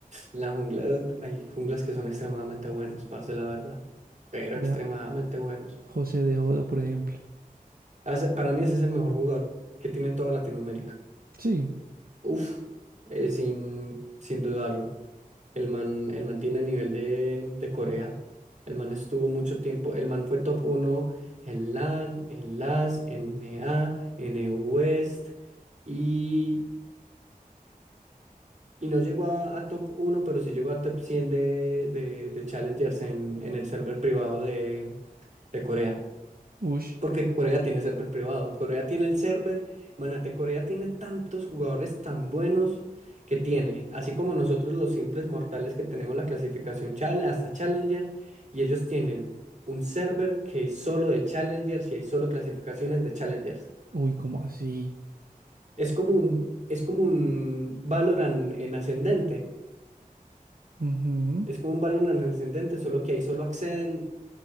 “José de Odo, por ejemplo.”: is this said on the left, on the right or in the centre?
Right